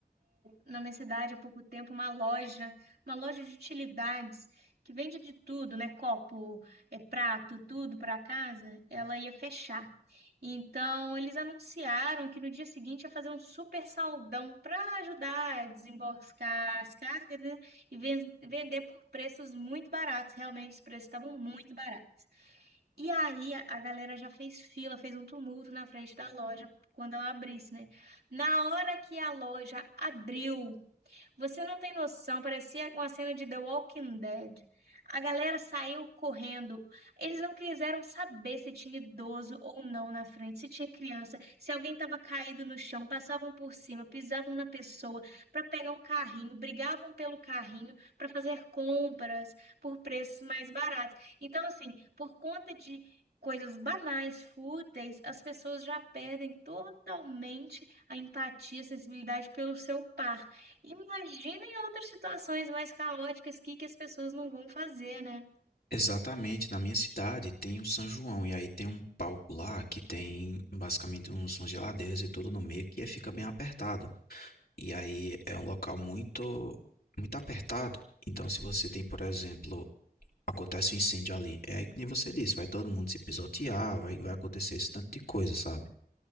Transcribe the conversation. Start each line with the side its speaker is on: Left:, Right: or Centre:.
Right: na minha cidade há pouco tempo uma loja, uma loja de utilidades que vende de tudo, né? Copo, é, prato, tudo para casa. Ela ia fechar. Então eles anunciaram que no dia seguinte ia fazer um super saldão para ajudar a desembarcar as cargas, né? E ven- vender por preços muito baratos. Realmente os preços estavam muito baratos. E aí a a galera já fez fila, fez um tumulto na frente da loja quando ela abrisse, né? Na hora que a loja abriu, você não tem noção, parecia uma cena de The Walking Dead. A galera saiu correndo. Eles não quiseram saber se tinha idoso ou não na frente, se tinha criança, se alguém estava caído no chão, passavam por cima, pisavam na pessoa para pegar um carrinho, brigavam pelo carrinho para fazer compras por preços mais baratos. Então, assim, por conta de coisas banais, fúteis, as pessoas já perdem totalmente a empatia, a sensibilidade pelo seu par. Imagina em outras situações mais caóticas, o que que as pessoas não vão fazer, né?
Left: Exatamente, na minha cidade tem o São João e aí tem um palco lá que tem basicamente uns, umas geladeiras e tudo no meio que fica bem apertado. E aí é um local muito, muito apertado. Então, se você tem, por exemplo, acontece um incêndio ali, é que nem você disse, vai todo mundo se pisotear, vai, vai acontecer esse tanto de coisa, sabe?